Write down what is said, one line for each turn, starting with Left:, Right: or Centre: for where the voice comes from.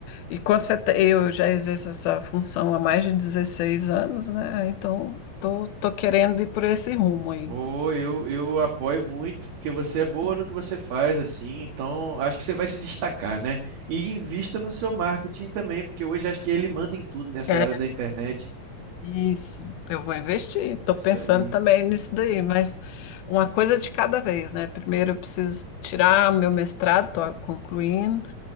Left: E quando você te- eu já exerço essa função há mais de 16 anos, né? Então, tô, tô querendo ir por esse rumo aí.
Right: Ou eu, eu apoio muito, porque você é boa no que você faz, assim, então acho que você vai se destacar, né? E invista no seu marketing também, porque hoje acho que ele manda em tudo nessa
Left: É,
Right: era da internet.
Left: Isso, eu vou investir. Estou
Right: Isso
Left: pensando
Right: aí.
Left: também nisso daí, mas uma coisa de cada vez, né? Primeiro eu preciso tirar meu mestrado, estou concluindo.